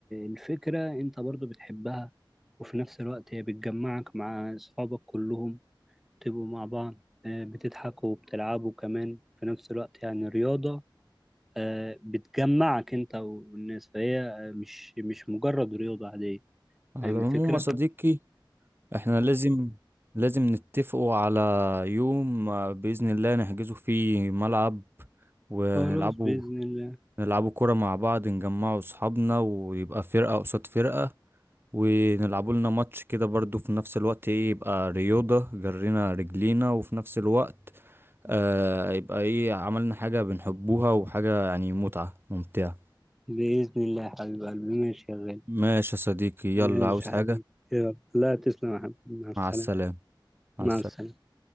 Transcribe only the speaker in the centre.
الفكرة انت برضو بتحبها وفي نفس الوقت هي بتجمعك مع اصحابك كلهم تبقوا مع بعض آه، بتضحكوا وبتلعبوا كمان في نفس الوقت يعني رياضة آه، بتجمعك انت والناس فهي آه، مش مش مجرد رياضة عادية
فاهم
الفكرة؟
خلاص بإذن الله
بإذن الله يا حبيب قلبي ماشي يا غالي
ماشي
يا
حبيبي يلا لا تسلم يا حبيبي مع السلامة
مع
السلامة